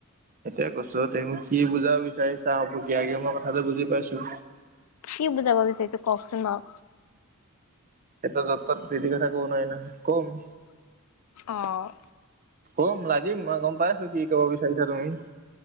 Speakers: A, on the right (about 40°); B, on the left (about 80°).
A: সেটোৱে কৈছো, তুমি কি বুজাব বিচাৰিছা বকীয়াকে মই কথাটো বুজি পাইছো।
B: কি বুজাব বিচাৰিছো কওকচোন বাও।
A: এতিয়া য'ত ত'ত যিটি কথা ক'ব নোৱাৰি নহয়। ক'ম
B: অ'।
A: ক'ম, লাগিম, মই গম পাইছো কি ক'ব বিচাৰিছা তুমি।